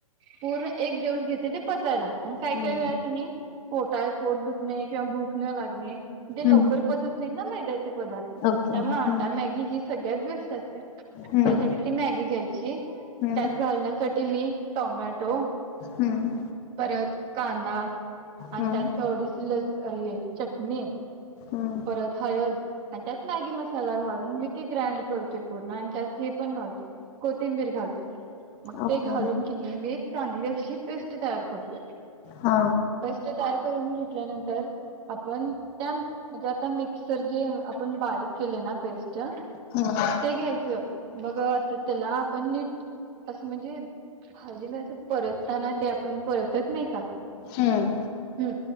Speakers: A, on the right; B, on the left.
A: पूर्ण एक दिवस घेते ते पचायला आणि काय
B: हम्म
A: काय वेळा कि नाही. पोटा पोट दुखणे किंवा भूक न लागणे ते
B: हम्म
A: लवकर पचत नाहीत ना मैद्या- पदार्थ
B: ओके
A: त्यामुळे
B: हम्म
A: आटा मॅगी ही सगळ्यात बेस्ट असते.
B: हम्म
A: त्यासाठी ती मॅगी घ्यायची
B: हम्म
A: त्यात घालण्यासाठी- ते मी टोमॅटो
B: हम्म
A: परत कांदा. आणि
B: हम्म
A: त्यात थोडीच लस चटणी
B: हम्म
A: परत हळद- आणि त्यात मॅगी मसाला घालून मी ते ग्रँंड करतोय पूर्ण आणि त्यात हे पण घालतो. कोथिंबीर घालतोय. मग
B: ओके
A: ते घालून की नेहमी एक चांगली अशी पेस्ट तयार करते.
B: हा.
A: पेस्ट तयार करून घेतल्यानंतर आपण त्या म्हणजे आता मिक्सर ज ते आपण बारीक केले ना पेस्ट
B: हम्म
A: ते घ्यायच मग आता त्याला आपण नीट अस म्हणजे भाजी म अस परतताना ते आपण परतत नाही का-
B: हम्म.
A: ह